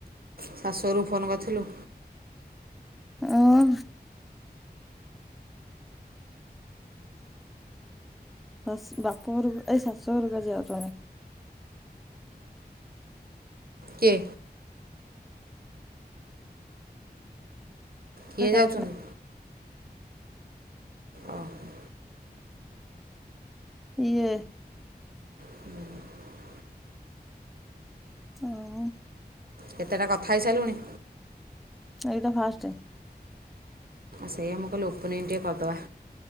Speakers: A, on the right; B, in the centre.
A: ଶାଶୁରୁ ଫୋନ୍ କରିଥିଲୁ।
B: ଆଁ। ଶ ବାପ ଘରକୁ ଏଇ ଶାଶୁ ଘରକୁ ଯ ଯାଉଛନ୍ତି।
A: କିଏ? କିଏ
B: ସେ କାଲି
A: ଯାଉଛନ୍ତି?
B: ଆଡୁ
A: ଓହୋ।
B: ଇଏ।
A: ହୁଁ।
B: ଥାଉ।
A: କେତେଟା କଥା ହେଇସାରିଲୁଣି?
B: ଏଇ ତ ଫାଷ୍ଟ।
A: ସେଇା ମୁ କହିଲ ଓପନିଂ ଟିକେ କରିଦବା।